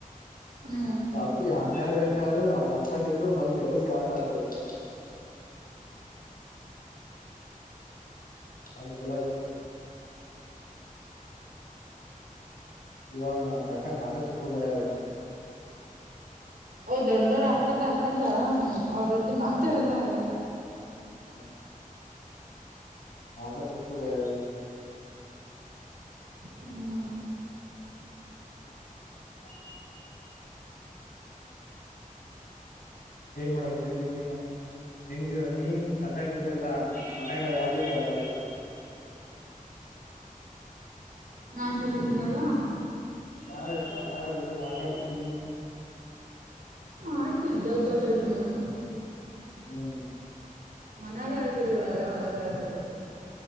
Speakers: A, on the right (about 80°); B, on the left (about 85°).
A: ಹ್ಮ್
B: ರಾತ್ರಿ ಹನ್ನೆರಡು ಗಂಟೆ ಆದ್ರೂ ನಾವು ಮಕ್ಕೊಂಡಿದ್ರು ಬಂದ ಎಬುರ್ಸಿ ಆಟ ಆಡ್ಸತಿದ್ರು. ಬಾರಿ ಚೊಲೋ ಆಯ್ತ. ಇವಾಗ ನಮ್ಗೆ ಕಾಕಾ ನಾ ಮಾತಾಡ್ಸಕು ಭಯ ಆಗತ್.
A: ಓ ದೊಡ್ಡವ್ರ ಅಕ್ಕತ ಅಕ್ಕತ ಹ್ಮ ಅವ್ರ ಜೊತೆ ಮಾತಾಡೋದ ಆಗಲ್ಲ.
B: ಹ್ಮ. ಮಾತಾಡ್ಸಕ್ಕೂ ಭಯ.
A: ಹ್ಮ್
B: <unintelligible> ಏನ್ ಮಾಡಾಗತ್ತಿದ್ದೀ ನೀನ್ ನಿನ್ ನೀನ್ ಸಣ್ಣಾಗಿದ್ದಾಗ ಮನ್ಯಾಗ ಯಾರ್ ಜೊತೆ ಆಟ ಆಡ್ತಿದ್ದೆ.
A: ನಾನ್ ಸಣ್ಣಕಿ ಇದ್ದಿದಾಗ.
B: ಯಾರ ಯಾರ ಬದ್ರ ಆಟಡ್ತಿದ್ದೆ ನೀನ್.
A: ಆಡ್ತಿದ್ದೆ ಗಟಾಡಿ ನಾನು.
B: ಹ್ಮ್.
A: ಮನ್ಯಾಗ ಹೇಳ್ತಿದ್ದಿಲ್ಲ ಬರೆ ಹೊರಗ ಹೇಳ್ತಿದ್ದನ.